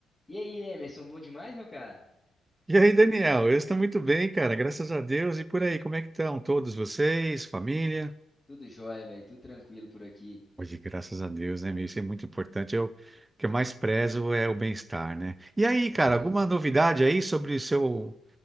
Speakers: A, on the left; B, on the right.
A: E aí, Emerson, bom demais, meu cara?
B: E aí, Daniel? Eu estou muito bem, cara, graças a Deus. E por aí, como é que estão todos vocês, família?
A: Tudo jóia, velho, tudo tranquilo por aqui,
B: Hoje, graças a Deus, né, meu? Isso é muito importante. Eu, o que eu mais prezo é o bem-estar, né? E aí,
A: com certeza.
B: cara, alguma novidade aí sobre o seu,